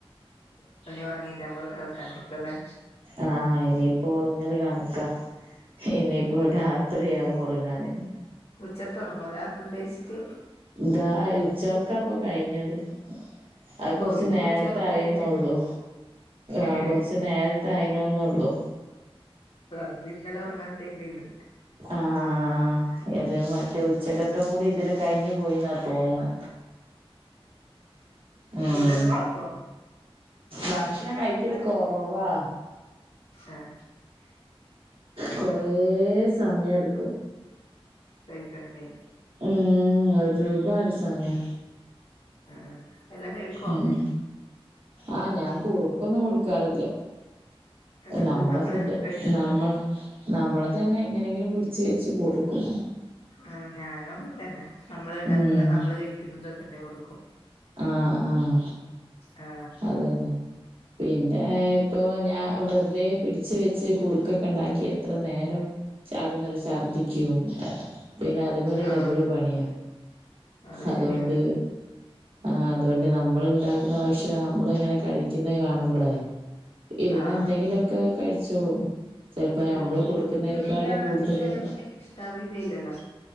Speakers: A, on the left; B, on the right.
A: അപ്പനി ഒറങ്ങീട്ടാവുമ്പൊ <unintelligible> ല്ലേ
B: ആഹ് ഇനിയിപ്പൊറങ്ങല് കണക്കാ ഇനിയിപ്പൊ രാത്രിയാവും ഒറങ്ങാന്
A: ഉച്ചക്കൊറങ്ങൂല ഫുഡ് കയിച്ചിട്ട്
B: ദാ ഉച്ചൊറക്കാപ്പം കഴിഞ്ഞത് അത്
A: ഓ
B: കൊറച്ച്
A: ഇപ്പൊ
B: നേറത്തായിന്നുള്ളു
A: ഉച്ചൊറക്കാ കഴിഞ്ഞേ ഏഹ്
B: ആ കൊറച്ച് നേര ത്തായിനുന്നുള്ളൂ
A: അത് ഇന്നലെ ഒറങ്ങാത്തയിന്റെ ഇത്
B: ആഹ് ഇത് മറ്റേ ഉച്ചക്കത്തം കൂടി ഇതില് കയിഞ്ഞു പോയിന്നാ തോന്നുന്നെ ഉം
A: ഫുഡെല്ലാം കയിക്കോ
B: ഭക്ഷണം കയിക്കല് കൊറവാ
A: ആഹ്
B: കൊറേ സമയെട്ക്കും
A: കയിക്കണെങ്കില്
B: ഉം ഒരുപാട് സമയാ
A: ആഹ് എല്ലാം കഴിക്കുവോ
B: ഉം ആ ഞാൻ കുറു ഒന്നും കൊടുക്കാറില്ല
A: അല്ല
B: നമ്മളെ
A: നമ്മള്
B: ഫുഡ്
A: കഴിക്കുന്നതന്നെ
B: നമ്മൾ. നമ്മള് തന്നെ എങ്ങനെങ്കിലും പിടി ച് വെച്ച് കൊടുക്കു
A: ആ ഞാനും അങ്ങത്തന്നെ. നമ്മള് ഉണ്ടാക്കുന്ന
B: ഉം
A: നമ്മള് കഴിക്കുന്നുന്നത് തന്നെ കൊടുക്കും.
B: ആഹ് ആഹ്
A: ആ
B: അതന്നെ. പിന്നെ പ്പൊ ഞാൻ വെറുതെ പിടിച്ച് വെച്ച് കുറുക്കൊക്കെ ഉണ്ടാക്കി എത്ര നേരം. അതൊന്ന് ഛർദ്ദിക്കും പിന്നെ അതുപോലെ
A: ആഹ്
B: ഡബിള് പണിയാ.
A: അത്
B: അതോണ്ട്.
A: ശരിയാ
B: ആ അതുകൊണ്ട് നമ്മൾ ഉണ്ടാക്കുന്ന പക്ഷേ ണം നമ്മള ഇങ്ങനെ കഴിക്കുന്നത് കാണുമ്പളേ. ഇരുന്ന്
A: ആഹ്
B: എന്തെങ്കിലൊക്കെ കഴിച്ചോളും. ചെലപ്പോ നഞമ്മള്
A: ഉം കുറുക്ക്
B: കൊടുക്കുന്നതിനെക്കാട്ടും
A: പിന്നെ
B: കൂടുതല്.
A: ചെല കുട്ട്യാക്ക് ഇഷ്ടാവില്ലല്ലോ